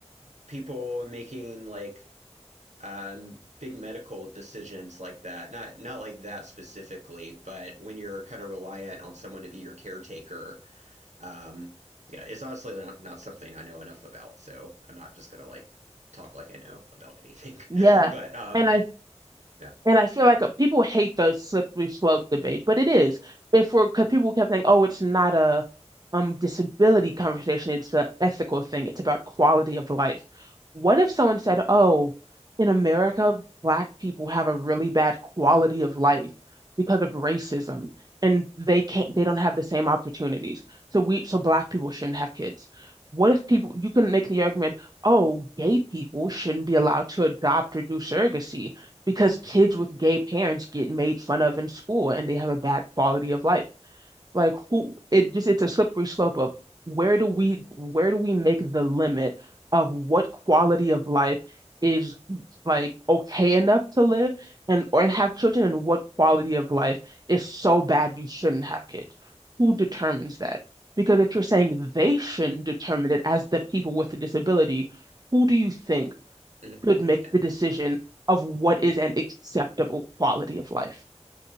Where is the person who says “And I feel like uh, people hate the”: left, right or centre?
Right